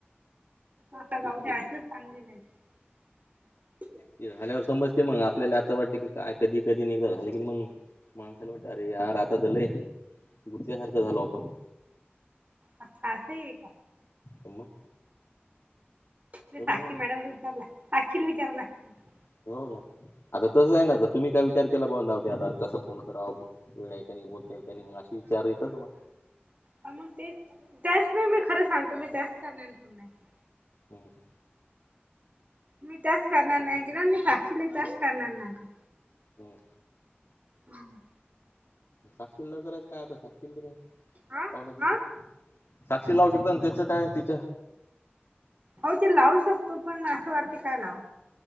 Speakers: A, on the right (about 40°); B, on the left (about 70°).
A: आता जाऊ
B: एक
A: द्या
B: एक
A: <unintelligible>
B: ते झाल्यावर समजते मग. आपल्याला आता वाटते की काय कधी कधी निघ झालं कि मग- माणसाला वाटत, अरे यार! आता त लय गुतक्यासारखं झालो आपण.
A: अच्छा. असंही ए का?
B: अम.
A: मी साक्षी
B: आहे ना
A: मॅडमला विचारल. साक्षीला विचारव <unintelligible>
B: <unintelligible> आता त्याच झालं. आता तुम्ही काय- विचार केला बुवा आता कसं फोन करावा? वेळ आहे का नाही? बोलताय का नाही? मग अशी विचार येता ना मग?
A: हां. मग तेच. त्याच नाही मी खरं सांगतो मी त्याच कारणान फोन नाही केला.
B: हं. हं.
A: मी त्याच कारणाने नाही केला. न मी साक्षीलाही त्याच कारणान नाही केला.
B: हं.
A: हम्म.
B: साक्षीला न करायच काय आता? साक्षीला करायच
A: हा हा
B: <unintelligible> साक्षी लावू शकते ना त्याचं काय तिच?
A: हो ते लावू शकतो. पण असं वाटते काय लावू?